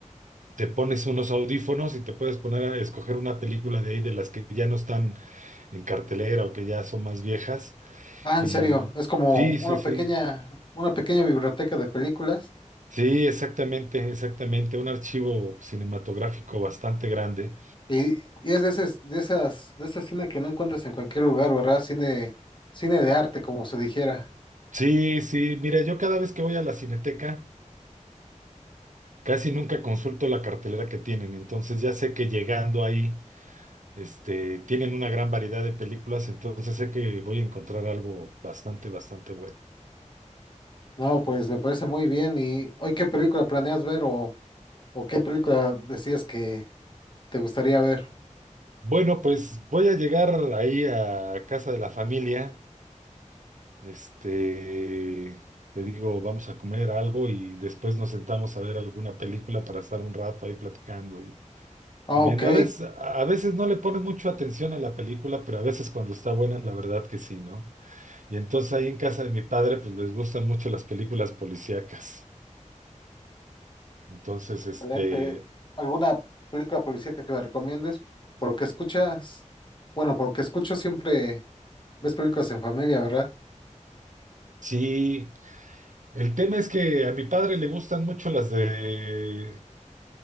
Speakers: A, on the right; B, on the left.
A: te pones unos audífonos y te puedes poner a escoger una película de ahí de las que ya no están en cartelera o que ya son más viejas
B: Ah, en
A: y
B: serio, es como
A: sí,
B: una
A: sí, sí.
B: pequeña, una pequeña biblioteca de películas
A: Sí, exactamente, exactamente. Un archivo cinematográfico bastante grande.
B: y, y es de ese, de esas, de ese cine que no encuentras en cualquier lugar, ¿verdad? Cine, cine de arte, como se dijera.
A: Sí, sí. Mira, yo cada vez que voy a la Cineteca, casi nunca consulto la cartelera que tienen. Entonces ya sé que llegando ahí, este, tienen una gran variedad de películas. Entonces sé que voy a encontrar algo bastante, bastante bueno.
B: No, pues me parece muy bien. ¿Y hoy qué película planeas ver o, o qué película decías que te gustaría ver?
A: Bueno, pues voy a llegar ahí a casa de la familia. Este, te digo, vamos a comer algo y después nos sentamos a ver alguna película para estar un rato ahí platicando y,
B: Ah,
A: y viendo.
B: ok,
A: A veces, a veces no le pone mucho atención a la película, pero a veces cuando está buena, la verdad que sí, ¿no? Y entonces ahí en casa de mi padre, pues les gustan mucho las películas policíacas. Entonces, este,
B: excelente. ¿Alguna película policíaca que me recomiendes? Por lo que escuchas, bueno, por lo que escucho siempre ves películas en familia, ¿verdad?
A: sí, el tema es que a mi padre le gustan mucho las de,